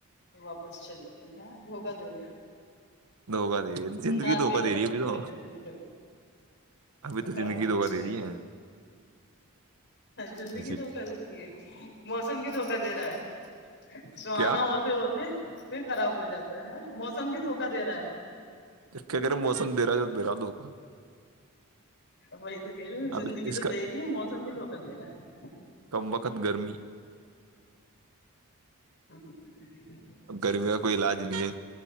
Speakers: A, on the left (about 55°); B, on the right (about 80°).
A: واپس چلی گئے ہ دھوکہ دے گئی
B: دوھکہ دے رہی ہے زندگی
A: آتے
B: دھوکہ دے
A: آتے
B: رہی ہے ابھی تو
A: کینسل کر دی
B: ابھی
A: اچھا
B: تو زندگی دھوکہ دے رہی ہے
A: زندگی
B: جی
A: دھوکہ دے رہی ہے موسم بھی دھوکہ دے رہا ہے سہانا
B: کیا
A: ہوتا ہوتے پ خراب ہو جاتا ہے موسم بھی دھوکہ دے رہا ہے
B: ج کہے موسم دے رہا درا د دھوکہ
A: وہی تو کہہ رہی ہو
B: اب
A: زندگی
B: اس
A: تو
B: کا
A: دے رہی ہے موسم بھی دھوکہ دے رہا ہے
B: کمبخت گرمی
A: ہوں ہوں ہ ہ ہ <unintelligible>
B: گرمی کا کوئی علاج نہیں ہے